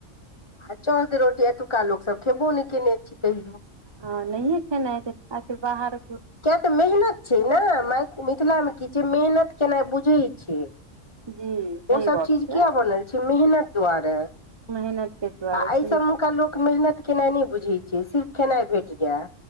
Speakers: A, on the left; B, on the right.
A: आ चौद रोटी एतुका लोकसभ खेबो ने कयने छी कहियो
B: ह नहिए खेना हेतइ बाहर
A: किए तऽ मेहनत छै ने मिथिलामे की छै मेहनत केनाइ बुझैत छियै
B: जी सही
A: ओसभ
B: गप
A: चीज
B: छै
A: किया बनल छै मेहनत दुआरे
B: मेहनत के दुआरे
A: आ एहिसभमेका
B: सही
A: लोक मेहनत केनाइ नहि बुझैत छै सिर्फ खेनाइ भेट जाय